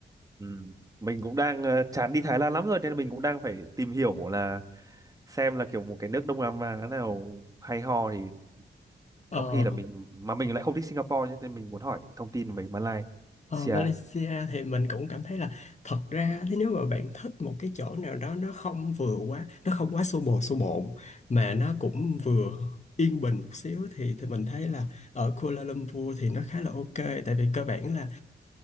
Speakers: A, on the right; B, on the left.
A: Ừ. Mình cũng đang ờ, chán đi Thái Lan lắm rồi nên mình cũng đang phải tìm hiểu là xem là kiểu một cái nước Đông Nam Á nào hay ho thì
B: Ờ,
A: có khi là mình mà mình lại không thích Singapore nhé, nên mình muốn hỏi thông tin về Malaysia.
B: Ờ, Malaysia thì mình cũng cảm thấy là thật ra thì nếu mà bạn thích một cái chỗ nào đó nó không vừa quá nó không quá xô bồ xô bộn mà nó cũng vừa yên bình một xíu thì thì mình thấy là ở Kuala Lumpur thì nó khá là ok tại vì cơ bản là